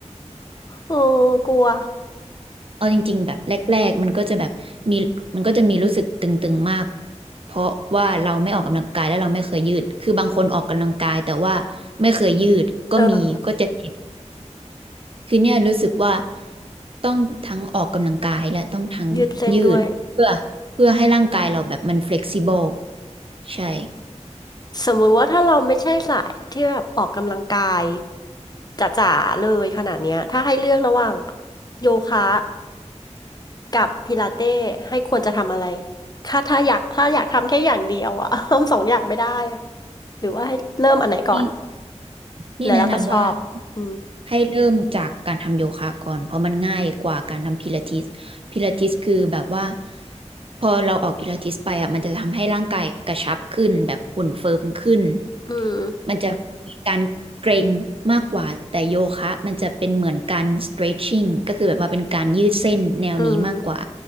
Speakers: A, on the left (about 35°); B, on the right (about 50°).
A: โอ้กลัว
B: เอาจริงๆแบบแรกๆมันก็จะแบบมีมันก็จะมีรู้สึกตึงๆมากเพราะว่าเราไม่ออกกำลังกายแล้วเราไม่เคยยืดคือบางคนออกกำลังกายแต่ว่าไม่เคยยืดก็มีก็จะเจ็บ
A: เออ
B: คือเนี่ยรู้สึกว่าต้องทั้งออกกำลังกายและต้องทั้งยืดเพื่อเพื่อให้ร่างกายเราแบบมัน
A: ยืดเส้นด้วย
B: flexible ใช่
A: สมมุติว่าถ้าเราไม่ใช่สายที่แบบออกกำลังกายจ๋าๆเลยขนาดเนี้ยถ้าให้เลือกระหว่างโยคะกับพิลาเต้ให้ควรจะทำอะไรถ้าถ้าอยากถ้าอยากทำแค่อย่างเดียวอะ <laughs> ทำสองอย่างไม่ได้อะหรือว่าให้เริ่มอันไหนก่อน
B: นี่นี่แนะนำว่า
A: แล้วเราจะชอบอืม
B: ให้เริ่มจากการทำโยคะก่อนเพราะมันง่ายกว่าการทำพิลาทิสพิลาทิสคือแบบว่าพอเราออกพิลาทิสไปอ่ะมันจะทำให้ร่างกายกระชับขึ้นแบบหุ่นเฟิร์มขึ้น
A: อืม
B: มันจะมีการเกร็งมากกว่าแต่โยคะมันจะเป็นเหมือนการ stretching ก็คือแบบว่าเป็นการยืดเส้นแนวนี้มากกว่า
A: อืม